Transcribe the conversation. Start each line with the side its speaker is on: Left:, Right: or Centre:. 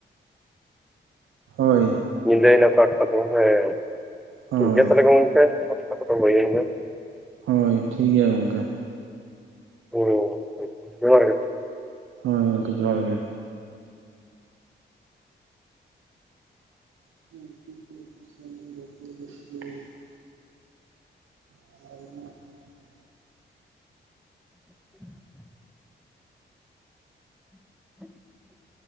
Right: ᱦᱳᱭ ᱾
Centre: ᱧᱤᱫᱟᱹᱭ ᱱᱟ ᱛᱚ <unintelligible> ᱦᱮᱸ ᱾
Right: ᱦᱳᱭ
Centre: ᱴᱷᱤᱠ ᱜᱮᱭᱟ ᱛᱟᱦᱚᱞᱮ ᱜᱚᱝᱠᱮ ᱾ ᱚᱠᱛᱚ ᱠᱚ ᱫᱚ ᱦᱳᱭᱮᱱᱟ ᱾
Right: ᱦᱳᱭ, ᱴᱷᱤᱠ ᱜᱮᱭᱟ ᱜᱚᱝᱠᱮ ᱾
Centre: ᱦᱳᱭ ᱢᱟ, ᱡᱚᱦᱟᱨ ᱜᱮ ᱾
Right: ᱦᱳᱭ ᱜᱚᱝᱠᱮ ᱡᱚᱦᱟᱨ ᱜᱮ ᱾ <unintelligible> <unintelligible>
Centre: <inaudible> <inaudible>